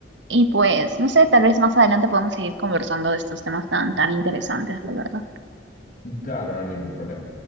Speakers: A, on the right; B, on the left.
A: y pues, no sé, tal vez más adelante podamos seguir conversando de estos temas tan, tan interesantes, la verdad.
B: Claro, no hay ningún problema.